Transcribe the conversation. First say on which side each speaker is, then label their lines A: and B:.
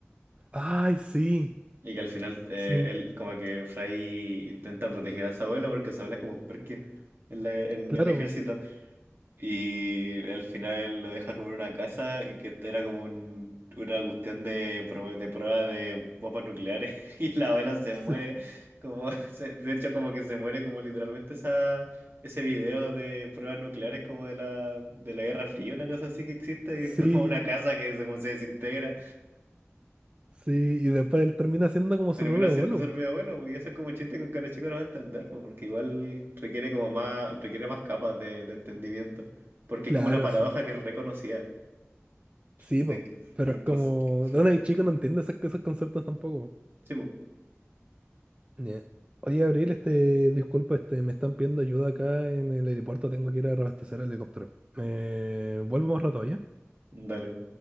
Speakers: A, on the right; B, on the right.
A: Ay, sí,
B: Y que al final, eh,
A: sí,
B: él, como que Frey intenta proteger a su abuelo porque su abuelo es como un Perkin en, la- en
A: claro.
B: el ejército. Y al final lo deja comprar una casa y que era como un- una cuestión de, prue- de prueba de bombas nucleares. <laughs> Y la abuela se
A: Sí,
B: muere, como <laughs> se- de hecho como que se muere como literalmente esa, ese video de pruebas nucleares como de la, de la Guerra Fría, una cosa así que existe,
A: sí,
B: que es como una casa que se, se desintegra
A: sí, Y después él termina siendo como su
B: termina
A: propio
B: siendo
A: abuelo.
B: ser mi abuelo, pues, y eso es como un chiste con cara chico no va a entender, pues, porque igual requiere como más, requiere más capas de, de entendimiento, porque
A: Claro,
B: es como una paradoja
A: sí.
B: que es reconocida,
A: Sí,
B: de,
A: po.
B: que-
A: Pero
B: entonces,
A: es como.
B: fue-
A: Donde hay chico no entiende esas- esos conceptos tampoco.
B: sí, pues,
A: Ya. Oye, Abril, este, disculpa, este, me están pidiendo ayuda acá en el aeropuerto, tengo que ir a reabastecer el helicóptero. Eh, vuelvo más rato, ¿ya?
B: dale.